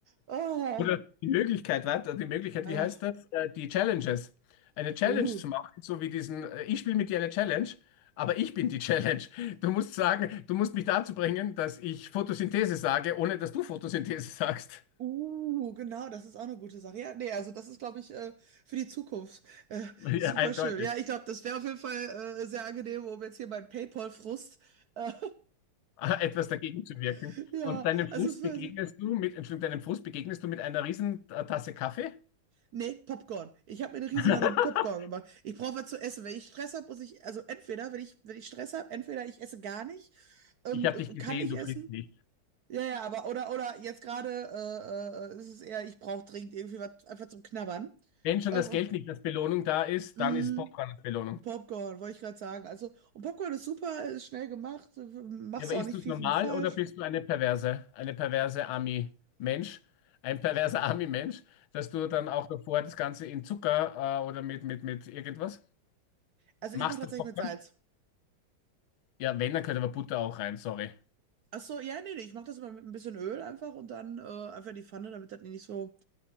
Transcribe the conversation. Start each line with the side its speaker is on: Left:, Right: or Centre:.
Right: Ah,
Left: Oder die Möglichkeit, warte, die Möglichkeit,
Right: ah,
Left: wie heißt das? Äh, Die Challenges. Eine Challenge
Right: uh.
Left: zu machen, so wie diesen, äh, ich spiele mit dir eine Challenge, aber ich bin die Challenge. Du musst sagen, du musst mich dazu bringen, dass ich Photosynthese sage, ohne dass du Photosynthese sagst.
Right: Uh, genau, das ist auch eine gute Sache. Ja, nee, also das ist, glaube ich, äh, für die Zukunft äh,
Left: Ja,
Right: super
Left: eindeutig.
Right: schön. Ja, ich glaube, das wäre auf jeden Fall äh, sehr angenehm, um jetzt hier beim PayPal-Frust. Äh,
Left: <laughs> Etwas dagegen zu wirken.
Right: <laughs> ja,
Left: Und deinem Frust
Right: also es
Left: begegnest
Right: war.
Left: du mit, Entschuldigung, deinem Frust begegnest du mit einer riesen äh, Tasse Kaffee.
Right: Nee, Popcorn. Ich habe mir eine Riesenladung
Left: <laughs>
Right: Popcorn gemacht. Ich brauche was zu essen. Wenn ich Stress habe, muss ich, also entweder, wenn ich, wenn ich Stress habe, entweder ich esse gar nicht, ähm,
Left: Ich habe
Right: äh,
Left: dich gesehen,
Right: kann ich
Left: du
Right: essen.
Left: frisst nicht.
Right: Ja, ja, aber oder oder jetzt gerade äh, äh, äh, ist es eher, ich brauche dringend irgendwie was einfach zum Knabbern.
Left: Wenn schon
Right: Ähm,
Left: das
Right: und
Left: Geld nicht als Belohnung da ist,
Right: mh,
Left: dann ist Popcorn als Belohnung.
Right: Popcorn, wollte ich gerade sagen. Also, und Popcorn ist super, ist schnell gemacht, äh, machst
Left: Ja, aber
Right: du
Left: isst
Right: auch nicht
Left: du es
Right: viel
Left: normal
Right: mit falsch.
Left: oder bist du eine perverse, eine perverse Ami-Mensch, ein perverser Ami-Mensch, dass du dann auch davor das Ganze in Zucker äh, oder mit, mit, mit irgendwas
Right: Also,
Left: machst
Right: ich mache tatsächlich
Left: davor
Right: mit
Left: dann?
Right: Salz.
Left: Ja, wenn, dann gehört aber Butter auch rein, sorry.
Right: Ach so, ja, nee, nee, ich mache das immer mit ein bisschen Öl einfach und dann äh, einfach in die Pfanne, damit das nicht so